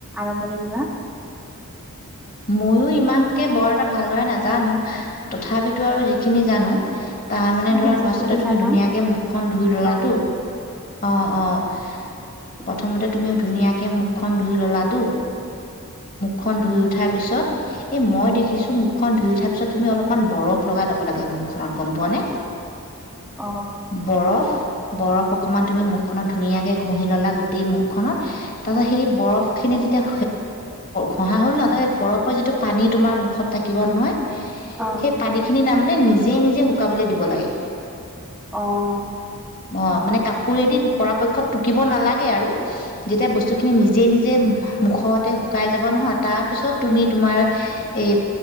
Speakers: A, in the centre; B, on the left.
A: আৰম্ভণিৰ পৰা
B: ময়ো ইমানকে বৰ এটা ভালদৰে নাজানো তথাপিতো আৰু যিখিনি জানো। তাৰ মানে ধৰা
A: তুমি যিখিনি
B: ফাৰ্ষ্টতে তুমি
A: জানা
B: ধুনীয়াকে মুখখন ধুই ললাটো।
A: অ'
B: অঁহ অঁহ
A: উম
B: প্ৰথমতে তুমিও ধুনীয়াকৈ মুখখন ধুই ল'লাতো। খন ধুই উঠাৰ পিছত এ মই দেখিছো মুখখন ধুই উঠা পিছত তুমি অলপমান বৰফ লগাই ল'ব লাগে মুখখনত গম পোৱা নে?
A: অহ।
B: বৰফ বৰফ অকমান তুমি মুখখনত ধুনীয়াকে ঘঁহি ল'লা গোটেই মুখখনত। তাৰ পাছত সেই বৰফ খিনি যেতিয়া ঘহা হ'ল নাহ বৰফৰ যিটো পানী তোমাৰ মুখত থাকিব নহয়।
A: অ'
B: সেই পানীখিনি তাৰমানে নিজে নিজে শুকাবলৈ দিব লাগে।
A: অ'
B: অ' মানে কাপোৰে দি পৰাপক্ষত টুকিব নালাগে আৰু। যেতিয়া বস্তুখিনি নিজেই নিজে মুখতে শুকাই যাব নহয়৷ তাৰপিছত তুমি তোমাৰ এই